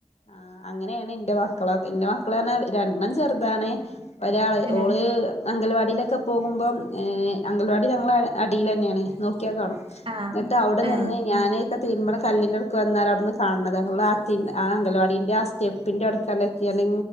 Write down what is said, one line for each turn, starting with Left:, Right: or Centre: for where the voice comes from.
Left: ആ അങ്ങനെയാണ് എന്റെ മക്കളെ എന്റെ മക്കള തന്നെ രണ്ടെണ്ണം ചെറുതാണേ- ഒരാള്
Right: ഏ
Left: ഓള് അംഗനവാടിയിൽ- ടിയിലെക്കെപോകുമ്പം ഏഹ് അംഗനവാടി അടിയി തന്നെയാണ്- <unintelligible>
Right: ആഹ്
Left: എന്നിട്ട് അവിടെ
Right: ഏ
Left: നിന്ന് ഞാനേ- <unintelligible> കല്ലിൻന്റെ അട്ത്ത് വന്നാലവിടുന്ന് കാൺത് അവളാതിണ്ണ ആഹ് - അംഗനവാടിന്റെ ആ സ്റ്റെപ്പിന്റെ അട്ക്കാലിങ്ങനെ